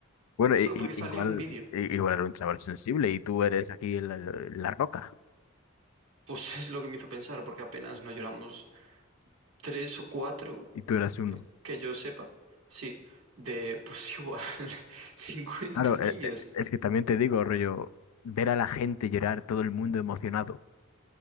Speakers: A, on the left (about 80°); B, on the right (about 65°).
A: Bueno,
B: solo
A: i- i-
B: porque salió
A: igual,
B: un vídeo.
A: i- igual era un chaval sensible y tú eres aquí la, la roca
B: Pues <laughs> es lo que me hizo pensar, porque apenas nos lloramos tres o cuatro,
A: y tú eras uno.
B: que yo sepa, sí, de pues <laughs> igual 50
A: Claro,
B: niños.
A: e- e- es que también te digo, rollo, ver a la gente llorar, todo el mundo emocionado.